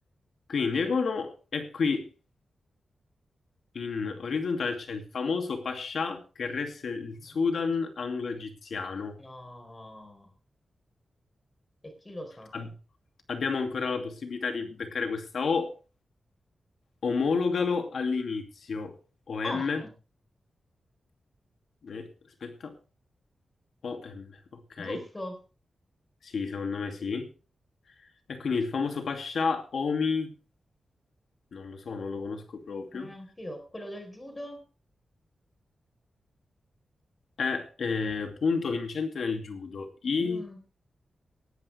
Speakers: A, on the left; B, on the left.
A: Quindi economo e qui in orizzontale c'è il famoso Pascià che resse il Sudan
B: No,
A: anglo-egiziano.
B: No. e chi lo sa?
A: Ab- abbiamo ancora la possibilità di beccare questa O. Omologalo all'inizio. OM.
B: ONU,
A: Eh, aspetta. OM. Ok.
B: giusto?
A: Sì, secondo me sì. E quindi il famoso Pascià Omi, non lo so, non lo conosco proprio,
B: Eh, anch'io, quello del judo?
A: è eh, punto vincente nel judo. I,
B: Mm,